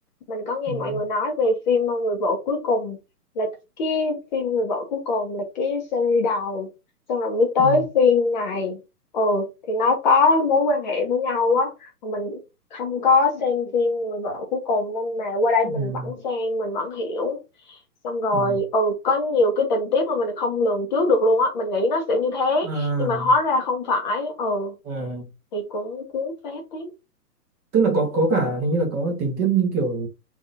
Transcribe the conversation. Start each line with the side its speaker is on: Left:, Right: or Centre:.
Left: Mình có nghe
Right: ừ,
Left: mọi người nói về phim ờ, Người vợ cuối cùng là cái phim Người vợ cuối cùng là cái series đầu. Xong rồi mới tới
Right: ừ,
Left: phim này. Ừ, thì nó có mối quan hệ với nhau á. Mà Mình không có xem phim Người vợ cuối cùng nên mà qua đây
Right: ừ,
Left: mình vẫn xem, mình vẫn hiểu. Xong rồi,
Right: ừ.
Left: ừ, có nhiều cái tình tiết mà mình không lường trước được luôn á. Mình nghĩ nó sẽ như thế,
Right: à,
Left: nhưng mà hóa ra không phải. Ừ,
Right: à,
Left: thì cũng cuốn phết thế.
Right: tức là có có cả hình như là có tình tiết như kiểu